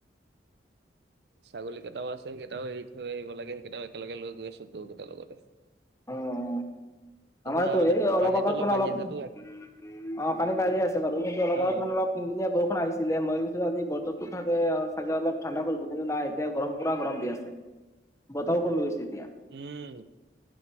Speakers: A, on the right (about 65°); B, on the left (about 15°).
A: ছাগলী কেটাও আছে সেকেটাও এৰি থৈ আহিব লাগে সেকেটাও একেলগে লৈ গৈ আছোঁ গৰুকিটা লগতে
B: অ', অ'। আমাৰোতো
A: ধৰা মানে
B: এই অলপ
A: পানীটো
B: আগত, মানে
A: বাঢ়ি
B: অলপ
A: আছেতো
B: অ', পানী পাইয়ে আছে বাৰু কিন্তু অলপ
A: অ',
B: আগত মানে অলপ কিনকিনিয়া বৰষুন আহিছিলে মই ভাবিছো আজি বতৰতো চাগে আ চাগে অলপ ঠাণ্ডা কৰিব কিন্তু নাই এতিয়া গৰম পুৰা গৰম দি আছে, বতাহো কমি গৈছে এতিয়া।
A: উম,